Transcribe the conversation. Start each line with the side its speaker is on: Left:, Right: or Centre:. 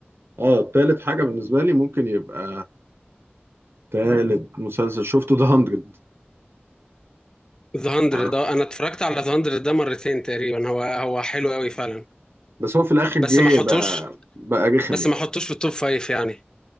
Right: اه تالت حاجه بالنسبه لي ممكن يبقى تالت مسلسل شفته ده 100
Left: ذا 100
Right: مع-
Left: ده انا اتفرجت على ذا 100 ده مرتين تقريبا هو هو حلو قوي فعلا
Right: بس هو في الاخر
Left: بس
Right: جه
Left: ما احطوش
Right: بقى بقى رخم
Left: بس
Right: يعني
Left: ما احطوش في التوب فايف يعني